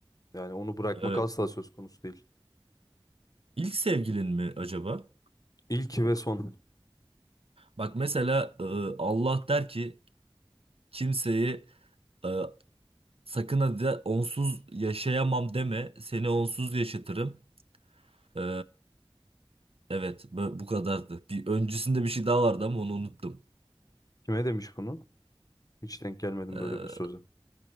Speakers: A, on the left; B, on the right.
A: Yani onu bırakmak
B: Ee,
A: asla söz konusu değil.
B: ilk sevgilin mi acaba?
A: İlki ve son.
B: Bak mesela e, Allah der ki kimseyi e, sakın hadi onsuz yaşayamam deme, seni onsuz yaşatırım. Ee, evet bu bu kadardı. Bir öncesinde bir şey daha vardı ama onu unuttum.
A: Kime demiş bunu? Hiç denk gelmedim
B: Ee,
A: böyle bir söze.